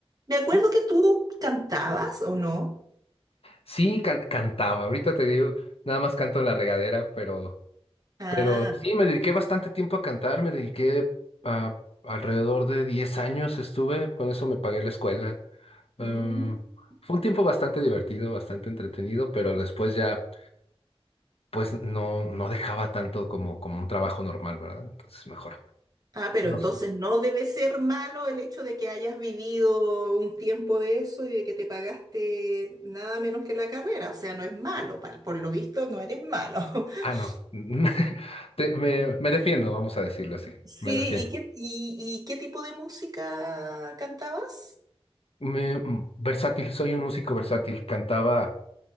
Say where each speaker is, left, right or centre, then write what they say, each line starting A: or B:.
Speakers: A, on the right; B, on the left.
A: Me acuerdo
B: Sí,
A: que tú cantabas, ¿o no?
B: Sí, can- cantaba, ahorita te digo, nada más canto en la regadera, pero
A: Ah.
B: Pero sí, me dediqué bastante tiempo a cantar, me dediqué a alrededor de 10 años estuve, con eso me pagué la escuela. Em,
A: Mm.
B: fue un tiempo bastante divertido, bastante entretenido, pero después ya, pues no, no dejaba tanto como, como un trabajo normal, ¿verdad? Entonces mejor.
A: Ah, pero
B: Nos-
A: entonces no debe ser malo el hecho de que hayas vivido un tiempo de eso y de que te pagaste nada menos que la carrera. O sea, no es malo, pa- por lo visto no eres malo. <laughs>
B: Ah, no. <laughs> Te- me, me defiendo, vamos a decirlo así.
A: Sí,
B: Me defiendo.
A: ¿y qué, y, y qué tipo de música cantabas?
B: Me, mm, versátil, soy un músico versátil. Cantaba.